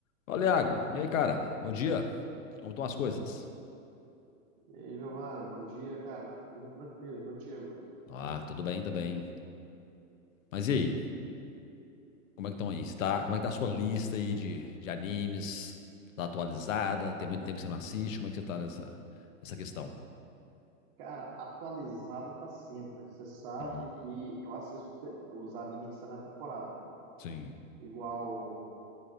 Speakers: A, on the left; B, on the right.
A: Fala, Iago. E aí, cara? Bom dia. Como estão as coisas?
B: E aí, Giovanni, bom dia, cara. Tudo tranquilo, é contigo?
A: Ah, tudo bem também. Mas e aí? Como é que estão aí? Você tá- como é que tá a sua lista aí de, de animes? Tá atualizada? Tem muito tempo que você não assiste? Como é que você tá nessa, nessa questão?
B: Cara, atualizada tá sempre. Você sabe
A: Hum,
B: que eu assisto os, te- os animes que saem na temporada.
A: sim,
B: Igual,